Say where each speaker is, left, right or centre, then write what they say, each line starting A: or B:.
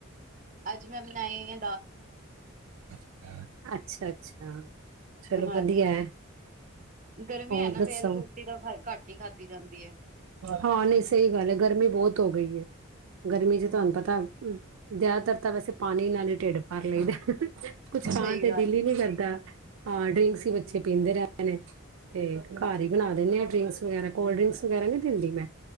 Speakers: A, on the right (about 35°); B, on the right (about 75°).
A: ਅੱਜ ਮੈਂ ਬਣਾਈ ਹ
B: ਅੱਛਾ, ਅੱਛਾ। ਚਲੋ
A: ਹਾਂਜੀ
B: ਵਧੀਆ ਐ।
A: ਗਰਮੀ
B: ਹੋਰ
A: ਹੈ ਨਾ
B: ਦੱਸੋ,
A: ਫੇਰ ਰੋਟੀ ਤਾਂ ਖ ਘੱਟ ਹੀ ਖਾਧੀ ਜਾਂਦੀ ਹੈ।
B: ਹਾਂ ਨਹੀਂ ਸਹੀ ਗੱਲ ਹੈ, ਗਰਮੀ ਬਹੁਤ ਹੋ ਗਈ ਏ, ਗਰਮੀ ਚ ਤੁਹਾਨੂੰ ਪਤਾ ਜ਼ਿਆਦਾਤਰ ਤਾਂ ਵੈਸੇ ਪਾਣੀ ਨਾਲ ਹੀ ਢਿੱਡ ਪਰ ਲਈ ਦੈ। ਕੁਛ
A: ਸਹੀ
B: ਖਾਨ ਤੇ
A: ਗੱਲ
B: ਦਿਲ ਹੀ ਨਹੀਂ ਕਰਦਾ, ਹਾਂ ਡਰਿੰਕਸ ਹੀ ਬੱਚੇ <unintelligible> ਤੇ ਘਰ ਹੀ ਬਨਾ ਦਿੰਨੇ ਆ ਡਰਿੰਕਸ ਵਗੈਰਾ। ਕੋਲਡ ਡਰਿੰਕਸ ਵਗੈਰਾ ਨੀ ਦਿੰਦੀ ਮੈਂ।